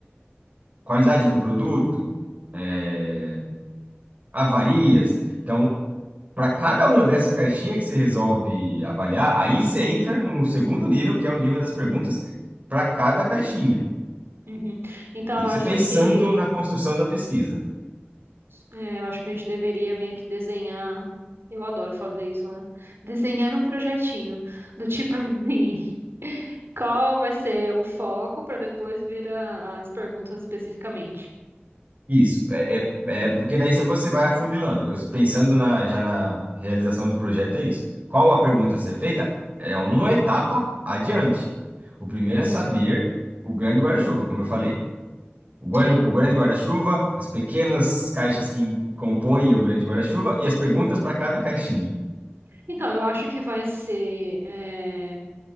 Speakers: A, on the right; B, on the right.
A: qualidade do produto, é, avarias. Então, para cada uma dessas caixinhas que você resolve avaliar, aí você entra no segundo nível, que é o nível das perguntas para cada caixinha.
B: uhum. Então,
A: Isso
B: eu acho
A: é pensando
B: que
A: na construção da pesquisa.
B: é, eu acho que a gente deveria meio que desenhar. Eu adoro fazer isso, né? Desenhar um projetinho do tipo <laughs> assim. Qual vai ser o foco para depois vir a- as perguntas especificamente?
A: Isso, é, é, é- porque daí você vai afunilando. Eu, pensando na, já na realização do projeto, é isso. Qual a pergunta a ser feita? É uma etapa adiante. O primeiro
B: Uhum,
A: é saber o grande guarda-chuva, como eu falei. O grande,
B: sim.
A: o grande guarda-chuva, as pequenas caixas que compõem o grande guarda-chuva e as perguntas para cada caixinha.
B: Então, eu acho que vai ser. eh,